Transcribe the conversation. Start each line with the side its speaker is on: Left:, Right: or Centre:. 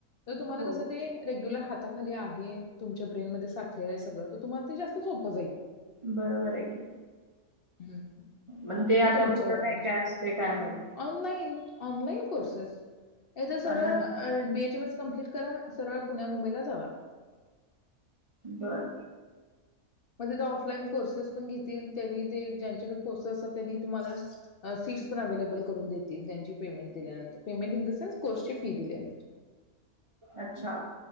Left: जर तुम्हाला
Right: हो
Left: तसं ते रेग्युलर हाताखाली आहे. तुमच्या ब्रेनमध्ये ते साठ ते काय सगळं तर ते तुम्हाला ते जास्त सोपं जाईल,
Right: बरोबर आहे की
Left: हम्म
Right: पण
Left: मं आता ते तुमच्यावर
Right: कुठं
Left: डीपेंड
Right: काय काय असते काय माहित
Left: ऑनलाइन ऑनलाइन कोर्सेस. हे तर सगळं
Right: ऑनलाईन
Left: बी कम्प्लीट करा, सरळ पुण्या मुंबईला जावा.
Right: बर
Left: मग तिथे ऑफलाईन कोर्सेस पण घेतील. त्यांनी ते ज्यांच्याकडे पोच असतात त्यांनी तुम्हाला सीट्स पण अवे्लेबल करून देतील त्यांची पेमेंट दिल्यानंतर. पेमेंट इन द सेन्स कोर्सची फी दिल्यानंतर
Right: अच्छा